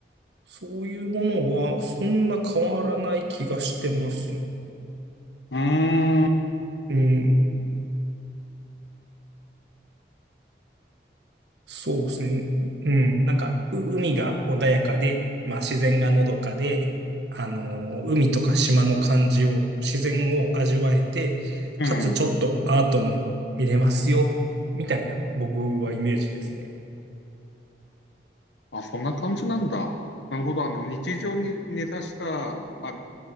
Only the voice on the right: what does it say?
そういうものはそんな変わらない気がしてます。
うん。そうですね。うん。なんか、う海が穏やかで、まあ自然がのどかで、あのー海とか島の感じを、自然を味わえて、
かつちょっとアートも見れますよ、みたいな僕はイメージですね。